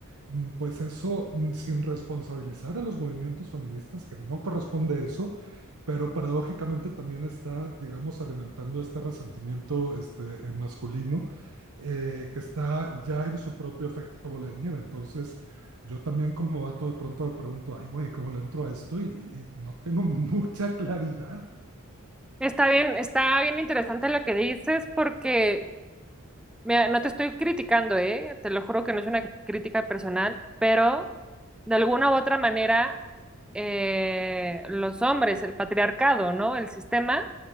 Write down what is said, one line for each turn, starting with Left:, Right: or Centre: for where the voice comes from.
Right: mm, pues eso, mm, sin responsabilizar a los movimientos feministas, que no corresponde eso, pero paradójicamente también está, digamos, alimentando este resentimiento, este, eh, masculino, eh, que está ya en su propio efecto bola de nieve. Entonces, yo también como vato de pronto me pregunto, ay, güey, ¿cómo le entro a esto? y y- y no tengo <laughs> mucha claridad.
Centre: Está bien, está bien interesante lo que dices porque mira, no te estoy criticando, ¿eh? Te lo juro que no es una crítica personal, pero de alguna u otra manera eh, los hombres, el patriarcado, ¿no? El sistema